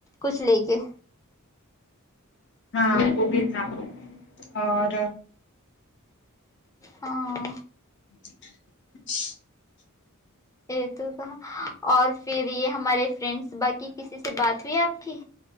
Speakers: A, on the left (about 15°); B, on the left (about 55°).
A: کچھ لے کے
B: ہاں وہ بھی تھا اور
A: ہاں
B: <unintelligible>
A: یہ تو کہ اور پھر یہ ہمارے فرینڈس باقی کسی سے سے بات ہوئی آپ کی